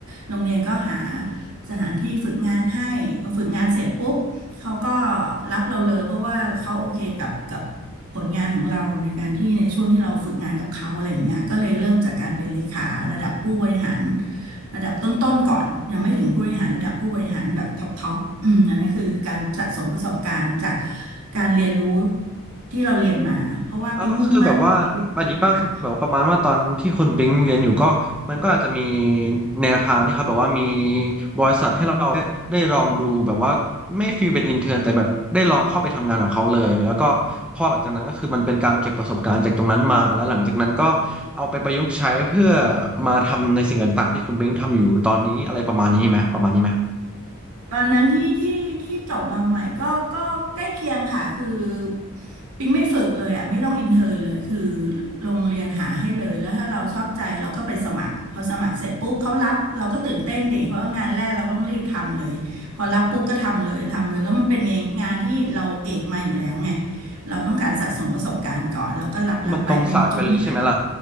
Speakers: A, on the right; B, in the centre.
A: โรงเรียนก็หาสถานที่ฝึกงานให้พอฝึกงานเสร็จปุ๊บเขาก็รับเราเลยเพราะว่าเขาโอเคกับกับผลงานของเราในการที่ในช่วงที่เราฝึกงานกับเขาอะไรอย่างเงี้ยก็เลยเริ่มจากการเป็นเลขาระดับผู้บริหาร ระดับต้นๆก่อนยังไม่ถึงผู้บริหารระดับผู้บริหารแบบท็อปท็อปอืมอันนั้นคือการสะสมประสบการณ์จากการเรียนรู้ที่เราเรียนมาเพราะว่าปิ๊งมุ่งมั่นไปเรื่อยๆค่ะ
B: อ่าก็คือแบบว่าอันนี้ป้าคือแบบว่าประมาณว่าตอนที่คุณบิงเรียนอยู่ก็มันก็อาจจะมีแนวทางที่เขาแบบว่ามีบริษัทให้เราได้ได้ลองดูแบบว่าไม่ฟีลเป็นอินเท n ร์แต่แบบได้ลองเข้าไปทำงานกับเขาเลยแล้วก็พอหลังจากนั้นก็คือมันเป็นการเก็บประสบการณ์จากตรงนั้นมาแล้วหลังจากนั้นก็เอาไปประยุกต์ใช้เพื่อมาทำในสิ่งต่างๆที่คุณบิงทำอยู่ตอนนี้อะไรประมาณนี้ไหมประมาณนี้ไหม
A: ตอนนั้นที่ที่ที่จบมาใหม่ก็ก็ใกล้เคียงค่ะคือปิงไม่ฝึกเลยอ่ะไม่ต้องอินเทอร์นเลยคือโรงเรียนหาให้เลยแล้วถ้าเราชอบใจเราก็ไปสมัครพอสมัครเสร็จปุ๊บเขารับเราก็ตื่นเต้นดิเพราะว่างานแรกเราก็ต้องรีบทำเลยพอรับปุ๊บก็ทำเลยทำเลยแล้วมันเป็นงานที่เราเอกมาอยู่แล้วไงเราต้องการสะสมประสบการณ์ก่อนเราก็รับรับไปเป็นจูเนียร์
B: ที่มันตรงสายไปเลยใช่ไหมล่ะ